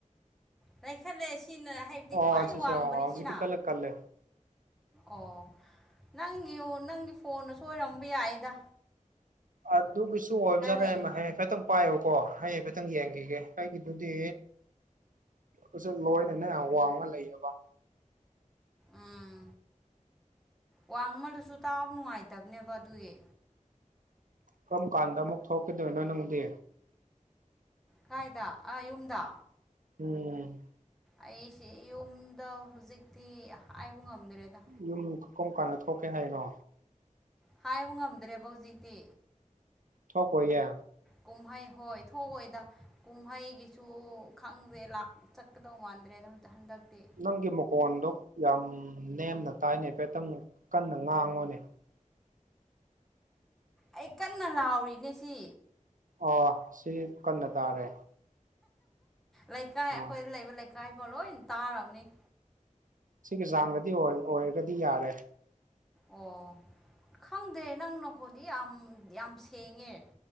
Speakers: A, in the centre; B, on the right.
A: ꯂꯥꯏꯈꯠꯂꯦ ꯁꯤꯅ ꯍꯥꯏꯕꯗꯤ
B: ꯑꯣ
A: ꯈ꯭ꯋꯥꯏ
B: ꯁꯤꯁꯦ
A: ꯋꯥꯡꯕꯅꯦ
B: ꯍꯧꯖꯤꯛꯇꯤ
A: ꯁꯤꯅ
B: ꯀꯜꯂꯦ ꯀꯜꯂꯦ
A: ꯑꯣ ꯅꯪ ꯌꯦꯡꯉꯣ ꯅꯪꯒꯤ ꯐꯣꯟꯅ ꯁꯣꯏꯔꯝꯕ ꯌꯥꯏꯑꯦꯗ
B: ꯑꯗꯨꯒꯤꯁꯨ ꯑꯣꯏꯕꯖꯔꯦ
A: ꯂꯩꯌꯦ
B: ꯃ ꯍꯥꯌꯦꯡ ꯈꯇꯪ ꯄꯥꯏꯌꯣꯕꯀꯣ ꯑꯩ ꯍꯥꯏꯐꯦꯠꯇꯪ ꯌꯦꯡꯒꯤꯒꯦ ꯑꯩꯒꯤꯗꯨꯗꯤ ꯎꯖꯨ ꯂꯣꯏꯅꯅꯦ ꯋꯥꯡꯉ ꯂꯩꯌꯦꯕ
A: ꯎꯝ ꯋꯥꯡꯃꯜꯂꯖꯨ ꯇꯥꯕ ꯅꯨꯡꯉꯥꯏꯇꯕꯅꯦꯕ ꯑꯗꯨꯒꯤ
B: ꯀꯝ ꯀꯥꯟꯗ ꯑꯃꯨꯛ ꯊꯣꯛꯈꯤꯗꯣꯏꯅꯣ ꯅꯪꯗꯤ
A: ꯀꯥꯏꯗ ꯑꯥ ꯌꯨꯝꯗ
B: ꯎꯝ
A: ꯑꯩꯁꯦ ꯌꯨꯝꯗ ꯍꯨꯖꯤꯛꯇꯤ ꯍꯥꯏꯕ ꯉꯝꯗ꯭ꯔꯦꯗ
B: ꯌꯨꯝ ꯀꯝ ꯀꯥꯟꯗ ꯊꯣꯛꯀꯦ ꯍꯥꯏꯅꯣ
A: ꯍꯥꯏꯕ ꯉꯝꯗ꯭ꯔꯦꯕ ꯍꯨꯖꯤꯛꯇꯤ
B: ꯊꯣꯛ ꯀꯣꯏ ꯌꯦ
A: ꯀꯨꯝꯍꯩ ꯍꯣꯏ ꯊꯣꯛꯑꯣꯏꯗ ꯀꯨꯝꯍꯩꯒꯤꯁꯨ ꯈꯪꯗ꯭ꯔꯦ ꯂꯥꯛ ꯆꯠꯀꯗꯧ ꯃꯥꯟꯗ꯭ꯔꯦꯗ ꯑꯝꯇ ꯍꯟꯗꯛꯇꯤ
B: ꯅꯪꯒꯤ ꯃꯀꯣꯟꯗꯣ ꯌꯥꯝ ꯅꯦꯝꯅ ꯇꯥꯏꯅꯦ ꯍꯥꯏꯐꯦꯠꯇꯪ ꯀꯟꯅ ꯉꯥꯡꯉꯣꯅꯦ
A: ꯑꯩ ꯀꯟꯅ ꯂꯥꯎꯔꯤꯅꯦ ꯁꯤ
B: ꯑꯣ ꯁꯤꯒꯤ ꯀꯟꯅ ꯇꯥꯔꯦ
A: ꯂꯩꯀꯥꯏ
B: ꯑꯣ
A: ꯑꯩꯈꯣꯏꯗ ꯂꯩꯕ ꯂꯩꯀꯥꯏꯐꯥꯎ ꯂꯣꯏ ꯇꯥꯔꯕꯅꯤ
B: ꯁꯤꯒꯤ ꯆꯥꯡꯗꯗꯤ ꯑꯣꯏ ꯑꯣꯏꯔꯒꯗꯤ ꯌꯥꯔꯦ
A: ꯑꯣ ꯈꯪꯗꯦ ꯅꯪ ꯅꯈꯣꯟꯗꯤ ꯌꯥꯝ ꯌꯥꯝ ꯁꯦꯡꯉꯦ